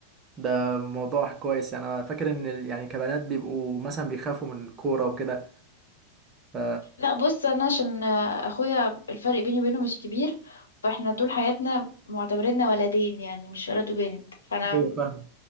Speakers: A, on the right (about 25°); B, on the left (about 70°).
A: ده موضوع كويس يعني انا فاكر ان ال- يعني كبنات بيبقوا مثلا بيخافوا من الكورة وكده ف
B: لا بص انا عشان آه، اخويا الفرق بيني وبينه مش كبير فاحنا طول حياتنا معتبريننا ولدين يعني مش ولد وبنت فانا
A: ايوه فاهم